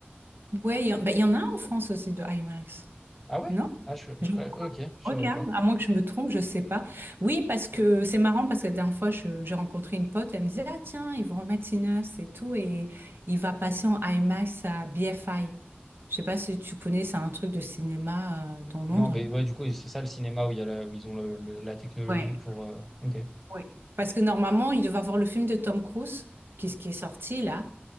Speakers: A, on the right; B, in the centre.
A: Ouais, il y, en bah, il y en a en France aussi de IMAX.
B: Ah ouais?
A: Non?
B: Ah, je, je-
A: Je
B: ok, je
A: Regarde,
B: savais pas.
A: à moins que je me trompe, je sais pas. Oui, parce que c'est marrant parce que la dernière fois, je- j'ai rencontré une pote, elle me disait, ah tiens, ils vont remettre Sinners et tout, et il va passer en IMAX à BFI. Je sais pas si tu connais, c'est un truc de cinéma euh, dans Londres.
B: Non, mais ouais, du coup, c'est ça le cinéma où il y a la- où ils ont le- le- la technologie
A: Ouais,
B: pour. euh, Ok,
A: ouais. Parce que normalement, il devait avoir le film de Tom Cruise, qui, qui est sorti là.